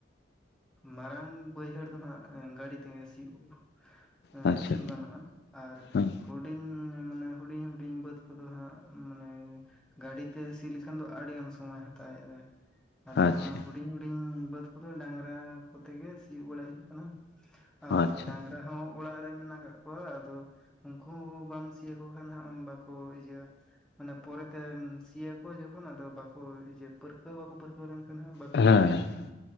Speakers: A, in the centre; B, on the left.
A: ᱢᱟᱨᱟᱝ ᱵᱟᱹᱭᱦᱟᱹᱲ ᱫᱚ ᱦᱟᱸᱜ ᱜᱟᱹᱰᱤ ᱛᱮᱜᱮ ᱥᱤᱭᱳᱜᱼᱟ
B: ᱟᱪᱪᱷᱟ
A: ᱥᱤᱭᱳᱜ ᱜᱟᱱᱚᱜᱼᱟ ᱟᱨ
B: ᱦᱮᱸ
A: ᱦᱩᱰᱤᱧ ᱢᱟᱱᱮ ᱦᱩᱰᱤᱧ ᱦᱩᱰᱤᱧ ᱵᱟᱹᱫ ᱠᱚᱫᱚ ᱦᱟᱸᱜ ᱢᱟᱱᱮ ᱜᱟᱹᱰᱤ ᱛᱮ ᱥᱤ ᱠᱷᱟᱱ ᱫᱚ ᱟᱹᱰᱤ ᱜᱟᱱ ᱥᱚᱢᱚᱭ ᱦᱟᱛᱟᱣᱮᱫᱟᱭ ᱟᱫᱚ
B: ᱟᱪᱪᱷᱟ
A: ᱚᱱᱟ ᱦᱩ ᱦᱩᱰᱤᱧ ᱦᱩᱰᱤᱧ ᱵᱟᱹᱫ ᱠᱚᱫᱚ ᱰᱟᱝᱨᱟ ᱠᱚᱛᱮ ᱜᱮ ᱥᱤᱭᱳᱜ ᱵᱟᱲᱟ ᱦᱩᱭᱩᱜ ᱠᱟᱱᱟ᱾ ᱟᱨ
B: ᱟᱪᱪᱷᱟ
A: ᱰᱟᱝᱨᱟ ᱦᱚᱸ ᱚᱲᱟᱜ ᱨᱮ ᱢᱮᱱᱟᱜ ᱠᱮᱫ ᱠᱚᱣᱟ ᱟᱫᱚ ᱩᱱᱠᱩ ᱵᱟᱢ ᱥᱤᱭᱟᱠᱚ ᱠᱷᱟᱱ ᱦᱟᱸᱜ ᱵᱟᱠᱚ ᱤᱭᱟᱹ ᱢᱟᱱᱮ ᱯᱚᱨᱮᱛᱮ ᱥᱤᱭᱟ ᱵᱟᱠᱚ ᱡᱚᱠᱷᱚᱱ ᱟᱫᱚ ᱵᱟᱠᱚ ᱯᱟᱹᱨᱠᱟᱹᱣ ᱵᱟᱠᱚ ᱯᱟᱹᱨᱠᱟᱹᱣ ᱞᱮᱱᱠᱷᱟᱱ ᱵᱟᱠᱚ
B: ᱦᱮᱸ
A: ᱥᱤᱭᱳᱜᱼᱟ ᱩᱱᱠᱩ